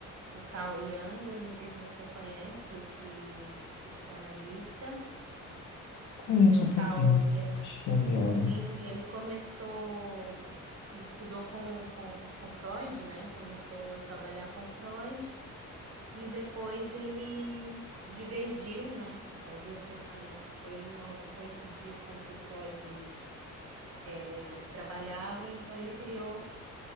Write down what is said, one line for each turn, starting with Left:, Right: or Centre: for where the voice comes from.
Right: o Carl Jung, não sei se você conhece esse psicanalista,
Left: Conheço
Right: que é o
Left: um pouquinho.
Right: Carl Jung.
Left: Acho que Já vi algo.
Right: Sim, ele começou, ele estudou com, com, com Freud, né? Começou a trabalhar com Freud e depois ele divergiu, né? Alguns pensamentos dele não coincidiam com o que o Freud eh, trabalhava, então ele criou,